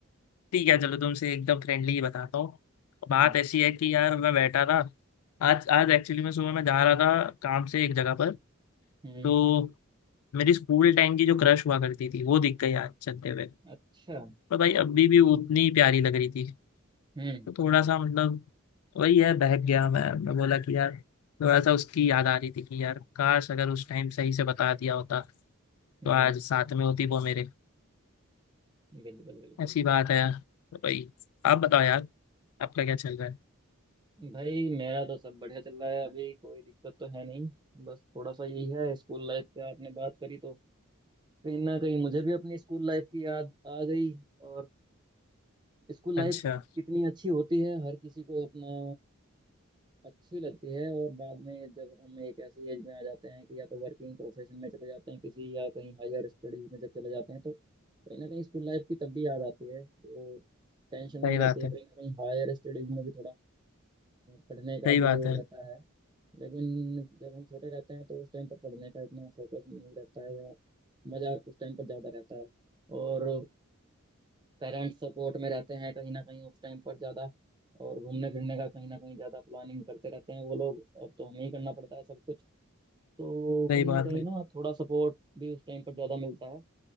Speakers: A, on the left; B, on the right.
A: ठीक है चलो तुमसे एकदम फ्रेंडली ही बताता हूँ बात
B: हम्म
A: ऐसी है कि यार मैं बैठा था आज आज एक्चुअली मैं सुबह मैं जा रहा था काम से एक जगह पर
B: हम्म
A: तो मेरी स्कूल टाइम की जो क्रश हुआ करती थी वो दिख गई आज चलते हुए
B: अच्छा
A: पर भाई अभी भी उतनी ही प्यारी लग रही थी
B: हम्म
A: तो थोड़ा सा मतलब वही है बहक गया मैं मैं बोला कि यार थोड़ा सा उसकी याद आ रही थी कि यार काश अगर उस टाइम सही से बता दिया होता
B: हम्म
A: तो आज
B: हम्म,
A: साथ में होती वो मेरे
B: बिल्कुल बिल्कुल
A: ऐसी बात है यार। तो भाई आप बताओ यार आपका क्या चल रहा है
B: भाई मेरा तो सब बढ़िया चल रहा है अभी कोई दिक्कत तो है नहीं बस थोड़ा सा यही है स्कूल लाइफ पे आपने बात करी तो कहीं ना कहीं मुझे भी अपनी स्कूल लाइफ की याद आ गई और स्कूल
A: अच्छा
B: लाइफ कितनी अच्छी होती है हर किसी को अपना अच्छी लगती है और बाद में जब हम एक ऐसी एज में आ जाते हैं कि या तो वर्किंग प्रोफेशन में चले जाते हैं किसी या कहीं हायर स्टडीज में जब चले जाते हैं तो कहीं ना कहीं स्कूल लाइफ की तब भी याद आती है वो टेंशन नहीं
A: सही
B: रहती
A: बात
B: है
A: है
B: कहीं ना कहीं हायर स्टडीज में भी थोड़ा अ, पढ़ने का
A: सही बात
B: जोर
A: है
B: रहता है लेकिन जब हम छोटे रहते हैं तो उस टाइम पर पढ़ने का इतना फोकस नहीं रहता है या मजा उस टाइम पर ज्यादा रहता है और पेरेंट्स सपोर्ट में रहते हैं कहीं ना कहीं उस टाइम पर ज़्यादा और घूमने फिरने का कहीं ना कहीं ज़्यादा प्लानिंग करते रहते हैं वो लोग अब तो हमें ही करना पड़ता है सब कुछ तो
A: सही
B: कहीं
A: बात
B: ना कहीं
A: है
B: ना थोड़ा सपोर्ट भी उस टाइम पर ज़्यादा मिलता है